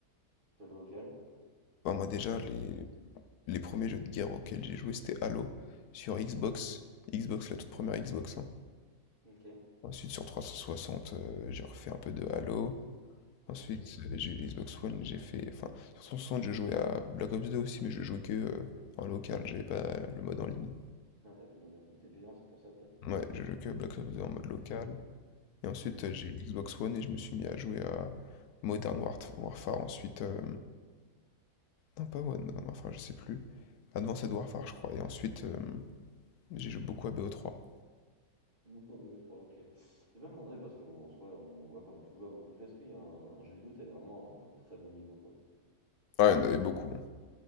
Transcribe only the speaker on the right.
T'as joué auquel?
Mm,
Ok.
ok. Mhm.
Ah, t'as payé le mode, il était payant, c'est pour ça peut-être.
Ok.
Ok.
Mukobe 3, ok. J'ai même demandé parce qu'en soi, là, on voit qu'on a toujours à beaucoup de jeux. Est-ce qu'il y a un, un jeu vidéo, t'avais vraiment un, très bon niveau, quoi?